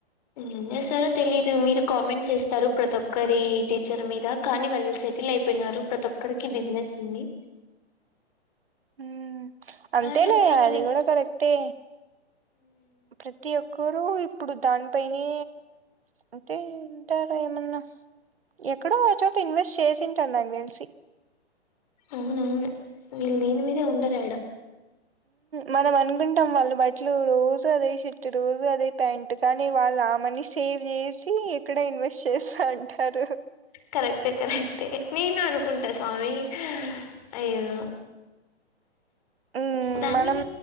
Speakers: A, on the left (about 35°); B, on the right (about 60°).
A: ఏంచేస్తారో తెలీదు. మీరు కామెంట్స్ చేస్తారు. ప్రతి ఒక్కరి టీచర్ మీద కానీ వెల్ సే టిల్ అయిపోయినారు ప్రతి ఒక్కరికి బిజినెస్ ఉంది.
B: ఉమ్ అంతేలే
A: అని చెప్తా నేను
B: అది కూడా కరెక్టే ప్రతి ఒక్కరు ఇప్పుడు దానిపైనే అంటే ఉంటారేమన్నా ఎక్కడో ఒచోట ఇన్వెస్ట్ చేసుంటాడ్ నాక్దెల్షి
A: అవునవును వీళ్లు దీని మీదే ఉండరైడ
B: మనం అనుకుంటాం వాళ్ళు బట్లు రోజు అదే షర్ట్ రోజు అదే ప్యాంటు కానీ వాళ్ళు ఆ మనీ సేవ్ చేసి ఇక్కడే ఇన్వెస్ట్ చేస్త అంటారు
A: కరెక్టే కరెక్టే నేను అనుకుంటా స్వామి అయ్యో
B: మ్మ్
A: దానీ
B: మనం